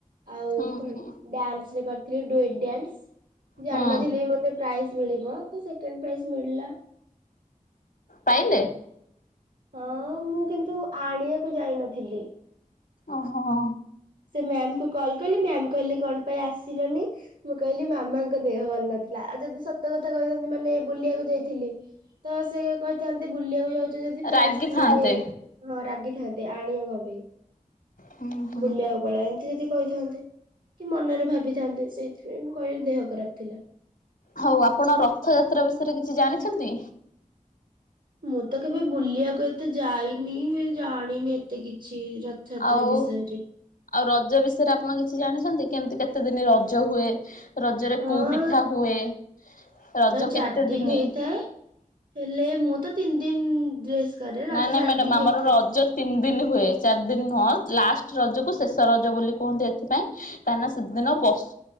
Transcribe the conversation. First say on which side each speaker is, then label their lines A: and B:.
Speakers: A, on the right (about 80°); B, on the left (about 80°).
A: ଆଉ
B: ହୁଁ
A: କଣ
B: ହୁଁ।
A: ଡ୍ୟାନ୍ସ ବି କରିଥିଲି ଡୁଏଟ୍ ଡ୍ୟାନ୍ସ ଜାଣି
B: ହୁଁ
A: ନଥିଲି ମତେ ପ୍ରାଇଜ୍ ମିଳିବ ତ ସେକେଣ୍ଡ ପ୍ରାଇଜ ମିଳିଲା।
B: ପାଇଲେ?
A: ହଁ ମୁଁ କିନ୍ତୁ ଆଣିବାକୁ ଯାଇନଥିଲି।
B: ଓହୋ।
A: ସେ ମ୍ୟାମ କୁ କଲ କଲି ସେ ମ୍ୟାାମ କହିଲେ କଣ ପାଇଁ ଆସିଲନି? ମୁଁ କହିଲି ମାମାଙ୍କ ଦେହ ଭଲ ନଥିଲା ଆଉ ଯଦି ସତ କଥା କହିଥାନ୍ତି ମାନେ ବୁଲିବାକୁ ଯାଇଥିଲି ତ ସେ କହିଥାନ୍ତେ ବୁଲିବାକୁ ଯାଉଛ ଯଦି ପ୍ରାଇଜ
B: ରାଗିଥାନ୍ତେ।
A: ମାନେ ହଁ ରାଗିଥାନ୍ତେ ଆଣିିବ କଣ ପାଇଁ
B: ହୁଁ ହୁଁ।
A: ବୁଲିିଆକୁ। ପଳାନ୍ତି ଯଦି କହିଥାନ୍ତେ କି ମନରେ ଭାବିଥାନ୍ତେ ସେଇଥିପାଇଁ ମୁଁ କହିଲି ଦେହ ଖରାପ ଥିଲା।
B: ହଉ ଆପଣ ରଥଯାତ୍ରା ବିଷୟରେ କିଛି ଜାଣିଛନ୍ତି?
A: ମୁଁ ତ କେବେ ବୁଲିବାକୁ ଏତେ ଯାଇନି ବି ଜାଣିନି ବି ଏତେ କିଛି। ରଥଯାତ୍ରା
B: ଆଉ।
A: ବିଷୟରେ।
B: ଆଉ ରଜ ବିଷୟରେ ଆପଣ କିଛି ଜାଣିଛନ୍ତି କେମତି କେତେ ଦିନି ରଜ ହୁଏ। ରଜରେ
A: ହଁ
B: କୋଉ ପିଠା ହୁଏ ରଜ
A: ଚାରି
B: କେତେ
A: ଦିନ
B: ଦିନି।
A: ହେଇଥାଏ। ହେଲେ ମୁଁ ତ ତିନି ଦିନ ଡ୍ରେସ୍ କରେ
B: ନାଇଁ
A: ରଜ
B: ନାଇଁ
A: ଚାରି
B: ମ୍ୟାଡାମ
A: ଦିନ
B: ଆମର
A: ହେଇଥାଏ।
B: ରଜ ତିନି ଦିନ ହୁଏ ଚାରି ଦିନ ନୁହଁ ଲାଷ୍ଟ ରଜକୁ ଶେଷ ରଜ ବୋଲି କୁହନ୍ତି। ସେଥିପାଇଁ କାହିଁକି ନା ସେଦିନ ବସୁ